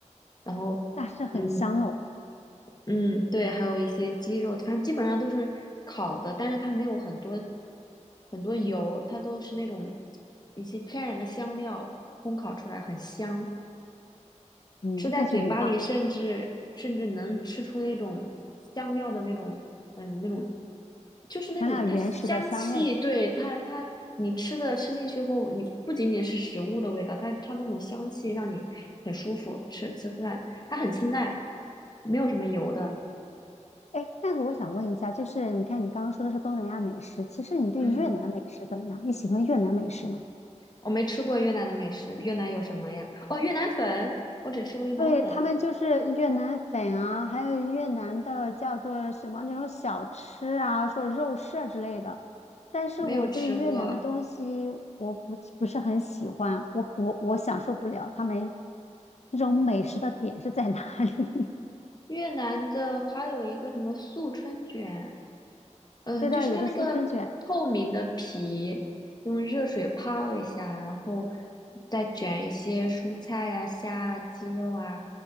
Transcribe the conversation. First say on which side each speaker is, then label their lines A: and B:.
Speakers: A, on the left; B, on the left.
A: 然后，
B: 那是很香哦，
A: 嗯嗯，对，还有一些鸡肉，反正基本上都是烤的，但是它没有很多很多油，它都是那种一些天然的香料烘烤出来，很香。
B: 嗯，
A: 吃在嘴巴里，
B: 那就很棒，
A: 甚至甚至能吃出那种香料的那种，嗯，那种就是那种它香气，
B: 尝到原始的香味。
A: 对它它你吃的吃进去后，你不仅仅是食物的味道，它它那种香气让你很舒服，吃吃出来它很清淡，没有什么油的。
B: 哎，那个我想问一下，就是你看你刚刚说的是东南亚美食，其实你对越南的美食怎么样？
A: 嗯，
B: 你喜欢越南美食吗？
A: 我没吃过越南的美食，越南有什么呀？哦，越南粉，我只吃过越南粉，
B: 对，他们就是越南粉啊，还有越南的叫做什么那种小吃啊，说肉馅之类的。但是我对越南的东西我不不是很喜欢，
A: 没有吃过
B: 我我我享受不了他们这种美食的点是在哪里？
A: 越南的，还有一个什么素春卷。
B: <laughs>
A: 嗯，
B: 知道有个素春卷，
A: 呃就是它那个透明的皮，用热水泡一下，然后再卷一些蔬菜呀、虾啊、鸡肉啊，